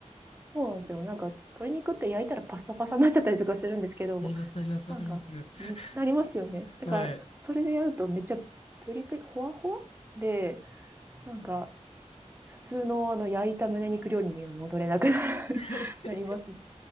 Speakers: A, on the right; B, on the left.
A: そうなんですよ。なんか、鶏肉って焼いたらパッサパサになっちゃったりとかするんですけど、
B: なります、なります、
A: なんか、
B: わかります。<laughs>
A: なりますよね。だから、
B: はい。
A: それでやるとめっちゃプリプリ、ほわほわで、なんか、普通のあの焼いた胸肉料理には戻れなくなる
B: <laughs>
A: <laughs> なります。い